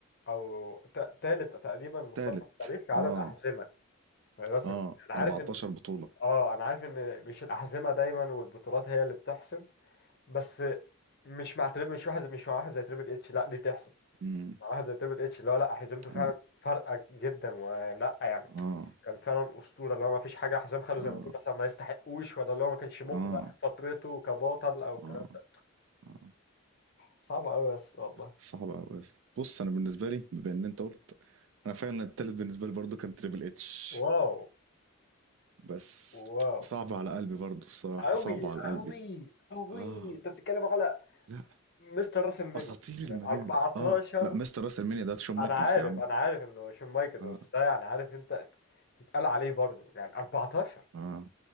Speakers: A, on the left; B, on the right.
A: او تا- تالت تقريبا مصارع
B: تالت
A: في التاريخ كعدد
B: آه
A: احزمه رسم
B: آه
A: انا
B: 14
A: عارف ان
B: بطولة
A: اه انا عارف ان مش الاحزمه دايما والبطولات هي اللي بتحسم بس مش مع تريبل مش واحد مش مع واحد زي تريبل اتش لا دي تحسم
B: مم.
A: مع واحد زي تريبل اتش اللي هو لا حزمته فعلا
B: آه
A: فارقه جدا ولا يعني
B: آه
A: كان فعلا اسطوره اللي هو ما فيش حاجه حزام خده
B: آه
A: زي ما تقول مثلا ما يستحقوش ولا اللي هو ما كانش مقنع
B: آه
A: في فترته كبطل او الكلام
B: اه
A: ده
B: اه
A: صعب قوي بس والله
B: صعب قوي بص انا بالنسبه لي بما ان انت قلت انا فعلا التالت بالنسبه لي برضو كان تريبل اتش
A: واو
B: بس
A: واو
B: صعب على قلبي برضو الصراحه
A: قوي
B: صعب على قلبي
A: قوي قوي
B: اه
A: انت بتتكلم على
B: لا
A: مستر راس المنيا
B: اساطير
A: يعني
B: المجال
A: 14
B: اه لا مستر راس المانيا ده شون مايكلز
A: انا عارف
B: يا عم
A: انا عارف انه شون مايكلز
B: اه
A: بس ده يعني عارف انت بيتقال عليه برضه يعني بطل
B: اه